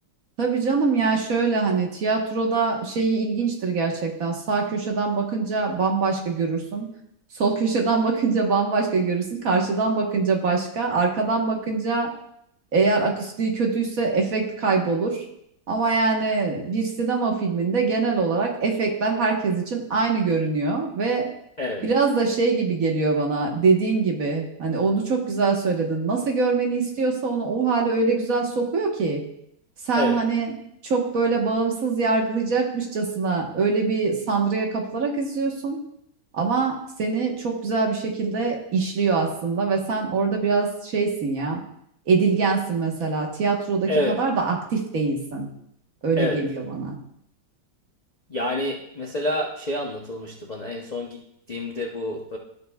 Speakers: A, on the right; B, on the left.
A: Tabii canım ya şöyle hani tiyatroda şeyi ilginçtir gerçekten. Sağ köşeden bakınca bambaşka görürsün. Sol köşeden <laughs> bakınca bambaşka görürsün. Karşıdan bakınca başka. Arkadan bakınca eğer akustiği kötüyse efekt kaybolur. Ama yani bir sinema filminde genel olarak efektler herkes için aynı görünüyor ve
B: Evet,
A: biraz da şey gibi geliyor bana dediğin gibi hani onu çok güzel söyledin. Nasıl görmeni istiyorsa onu o hale öyle güzel sokuyor ki sen
B: evet,
A: hani çok böyle bağımsız yargılayacakmışçasına öyle bir sanrıya kapılarak izliyorsun. Ama seni çok güzel bir şekilde işliyor aslında ve sen orada biraz şeysin ya edilgensin mesela. Tiyatrodaki
B: evet,
A: kadar da aktif değilsin. Öyle
B: evet.
A: geliyor bana.
B: Yani mesela şey anlatılmıştı bana en son gittiğimde bu